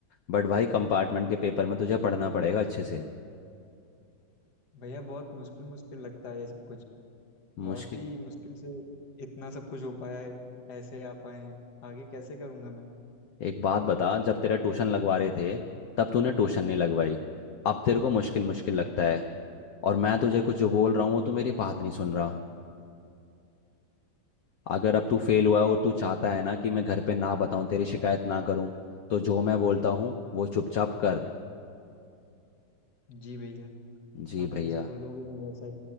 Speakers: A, on the left (about 70°); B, on the left (about 55°).
A: बट भाई कंपार्टमेंट के पेपर में तुझे पढ़ना पड़ेगा अच्छे से
B: भैया बहुत मुश्किल मुश्किल लगता है ये सब कुछ बहुत
A: मुश्किल
B: ही मुश्किल से इतना सब कुछ हो पाया है ऐसे आ पाए हैं आगे कैसे करूँगा मैं
A: एक बात बता जब तेरा ट्यूशन लगवा रहे थे तब तूने ट्यूशन नहीं लगवाई अब तेरे को मुश्किल मुश्किल लगता है और मैं तुझे कुछ जो बोल रहा हूँ वो तू मेरी बात नहीं सुन रहा अगर अब तू फेल हुआ है और तू चाहता है ना कि मैं घर पे ना बताऊँ तेरी शिकायत ना करूँ तो जो मैं बोलता हूँ वो चुपचाप कर
B: जी भैया
A: जी
B: आप
A: भैया
B: जैसा बोलोगे मैं वैसा ही